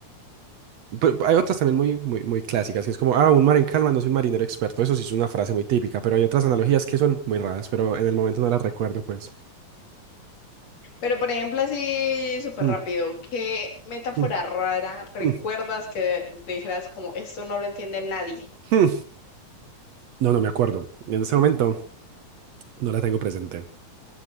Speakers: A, on the right; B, on the left.
A: pero hay otras también muy, muy, muy clásicas, que es como, ah, un mar en calma no es un marinero experto, eso sí es una frase muy típica, pero hay otras analogías que son muy raras, pero en el momento no las recuerdo, pues.
B: Pero por ejemplo, así súper
A: Mm,
B: rápido, ¿qué metáfora
A: mm,
B: rara recuerdas
A: mm.
B: que dijeras como esto no lo entiende nadie?
A: <laughs> No, no me acuerdo. En ese momento no la tengo presente.